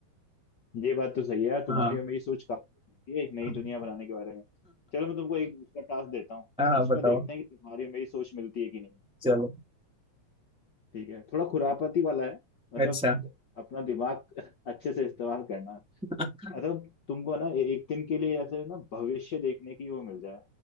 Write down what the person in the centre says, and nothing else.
हाँ
<laughs>
हाँ
बताओ
चलो
अच्छा
हम्म